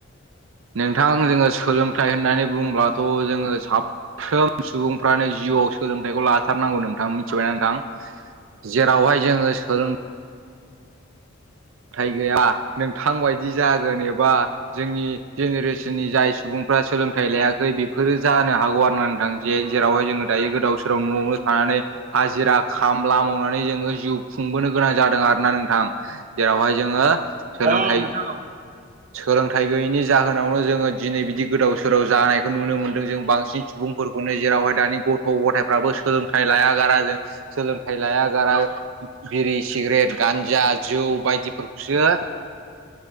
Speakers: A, on the right; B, on the right.
A: नोंथां जोंङो सोलोंथाइ होननानै बुंङोब्लाथ' जोंङो साफ्रोम सुबुंफ्रानो जिउआव सोलोंथाइखौ लाथारनांगौ नोंथां मिथिबाय नोंथां? जेरावहाय जोंङो सोलों सोलोंथाय गैया नोंथां बादि जागोन एबा जोंनि जेनेरेसननि जाय सुबुंफ्रा सोलोंथाइ लायाखै फोर जानो हागौ आरो ना नोंथां जे जेरावहाय जोंङो दायो गोदाव सोराव न'आवनो थानानै हाजिरा खामला मावनानै जोंङो जिउ खुंबोनो गोनां जादों। आरोना नोंथां जेरावहाय जोंङो सोलोंथाइ
B: औ नोंथां औ
A: सोलोंथाइ गैयैनि जाहोनावनो जोंङो दिनै बिदि गोदाव सोराव जानायखौ नुनो मोन्दों। जों बांसिन सुबुंफोरखौनो जेरावहाय दानि गथ' गथायफ्राबो सोलोंथाइ लायागारा जों सोलोंथाइ लाया गारा बिरि, सिगारेट, गान्जा, जौ बायदिफोरखौसो